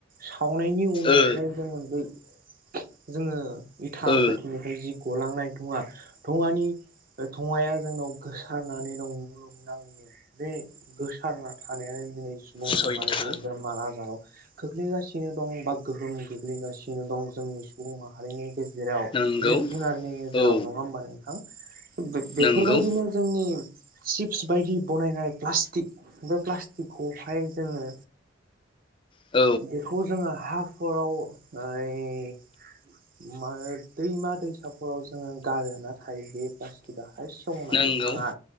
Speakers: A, on the right (about 50°); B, on the left (about 25°).
A: सावनायनि उनावहाय
B: ओ
A: जोङो इथा
B: ओ
A: फाथिनिफ्राय जिब गलांनाय थङा थङानि थङाया जोंनाव गोसारनानै दं मुलुगनाङैनो बे गोसारना थानायानो दिनै सुबुं
B: सैथो
A: माहारिखौ बेमार आजाराव खोख्लैगासिनो दं बा गोहोम सोलिगासिनो दं जोंनि सुबुं माहारिनि गेजेराव
B: नंगौ
A: जिब जुनारनि गेजेराव
B: औ
A: नङा होमबा नों थां बे बेफोरबायदिनो
B: नंगौ
A: जोंनि चिप्स बायदि बनायनाय प्लास्टिक बे प्लास्टिकखौहाय जोङो
B: औ
A: बेखौ जोङो हाफोराव ओइ मा दैमा दैसाफोराव जोङो गारो नाथाय बे प्लासटिक आ खाय संनानै
B: नंगौ
A: थाङा